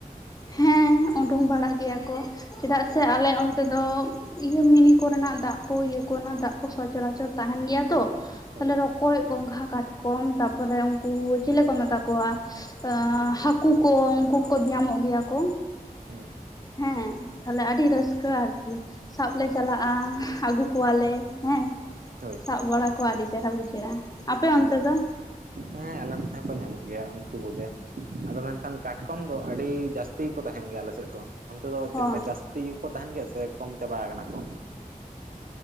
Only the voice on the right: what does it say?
<inaudible>
ᱦᱳᱭ
ᱦᱩᱸ᱾
ᱦᱳᱭ᱾
ᱦᱮᱸ
ᱦᱮᱸ, ᱟᱞᱮ ᱱᱚᱛᱮ ᱦᱚᱸ ᱠᱚ ᱧᱟᱢᱚᱜ ᱜᱮᱭᱟ ᱩᱱᱠᱩ ᱠᱚᱜᱮ ᱟᱫᱚ ᱢᱮᱱᱠᱷᱟᱱ ᱠᱟᱴᱠᱚᱢ ᱫᱚ ᱟᱹᱰᱤ ᱡᱟᱥ ᱛᱤ ᱜᱮᱠᱚ ᱛᱟᱦᱮᱱ ᱜᱮᱭᱟ ᱟᱞᱮᱥᱮᱫ ᱫᱚ᱾ ᱚᱱᱛᱮ ᱫᱚ
ᱪᱮᱫ ᱞᱮᱠᱟ ᱡᱟᱹᱥᱛᱤ ᱜᱮᱠᱚ ᱛᱟᱦᱮᱱ ᱜᱮᱭᱟ ᱥᱮ ᱠᱚᱢ ᱪᱟᱵᱟ ᱟᱠᱟᱱᱟ ᱠᱚ?